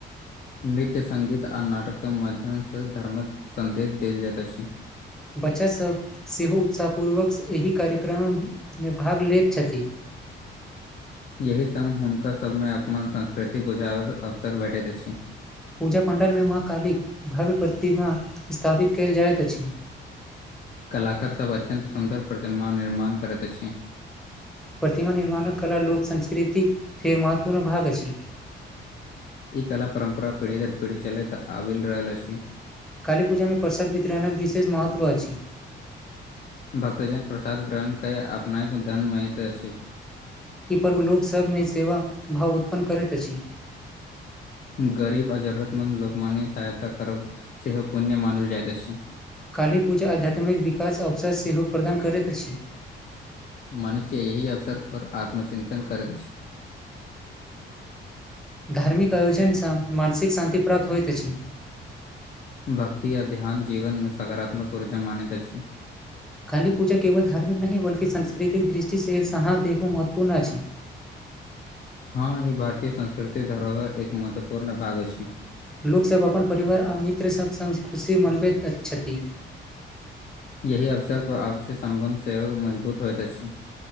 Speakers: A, on the left; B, in the centre.
A: नृत्य सङ्गीत आ नाटक के माध्यम सँ धर्मक सन्देश देल जाइत अछि
B: बच्चा सभ सेहो उत्साहपूर्वक एहि कार्यक्रम मे भाग लति छथि
A: एहि सङ्ग हुनका सभ मे अपन संस्कृति बुझाबक अवसर भेटति अछि
B: पूजा पण्डलमे माँ कालिक भव्य प्रतिमा स्थापित कयल जाइत अछि
A: कलाकार सभ अत्यन्त सुन्दर प्रतिमा निर्माण करति अछि
B: प्रतिमा निर्माणक कला लोक संस्कृतिक फेर महत्वपूर्ण भाग अछि
A: ई कला परम्परा पीढ़ी दर पीढ़ी चलति आबि रहल अछि
B: काली पूजा मे प्रसाद वितरण के विशेष महत्व अछि
A: भक्तजन प्रसाद ग्रहण के अपना धन मति अछि
B: ई पर्व लोक सभ मे सेवा भाव उत्पन्न करति अछि
A: गरीब आ जरतमन्द लोककमान्य सहायता करब सेहो पुण्य मानल जाइत अछि
B: कालीपूजा आध्यात्मिक विकास अवसर सेहो प्रदान करति अछि
A: मनुष्य एहि अवसर पर आत्मचिन्तन करति अछि
B: धार्मिक आयोजनसँ मानसिक शान्ति प्राप्त होइत अछि
A: भक्ति आ ध्यान जीवन मे सकारात्मक ऊर्जा मानति अछि
B: काली पूजा केवल धार्मिक नहि बल्कि सांस्कृतिक दृष्टिसँ सहाँ देखो महत्वपूर्ण अछि
A: हँ ई भारतीय संस्कृति धरोहर एक महत्वपूर्ण भाग अछि
B: लोकसभ अपन परिवार आ मित्र सभ सङ् खुशी मनबति छथि
A: यही अवसर पर आपसी सम्बन्ध सेहो मजबूत होइत अछि